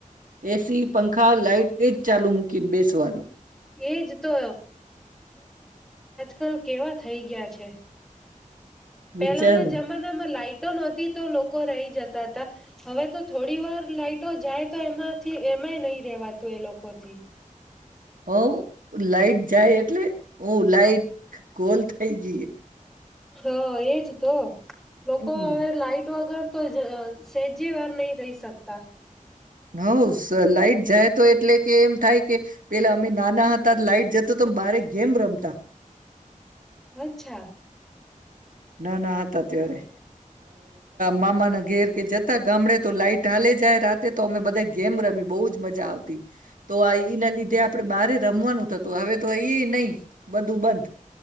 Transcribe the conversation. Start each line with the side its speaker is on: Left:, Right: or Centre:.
Right: એસી. પંખા લાઈટ જ ચાલુ મુકી ન બેસવાનું
Centre: એજ તો કલ કેવા થઈ ગયા છે. પેલાના
Right: વિચારું
Centre: જમાનામાં લાઈટ. નહતી તો લોકો રહી જતા હતા હવે તો થોડી વાર લાાઈટો જાય તો એમાંથી એમાંય નહી રેવાતું એ લોકોથી.
Right: હ. લાઈટ જાય એટલે હું લાઈટ. કોલ થઈ ગઈે.
Centre: હા એજ તો. લોકો
Right: હમ
Centre: હવે લાઈટ વગર. તો સેજે વાર નહી રહી શકતા.
Right: હઉ લાઈટ જાય તો એટલે કે એમ થાય કે પેલા અમે નાના હ. લાઈટ જતો તો બારે ગેમ રમતા.
Centre: અચ્છા.
Right: ના ના હતા ત્યારે મામાના ઘેર કે જતા ગામડે તો લાઈટ. ઢાલે જાય રાતે તો અમે બધાય ગેમ રમી, બહુ જ મજા આવતી. તો આ ઈના લીધે આપડે બારે રમવાનું થતું. હવે તો ઈ ય નહીં, બધું બંધ.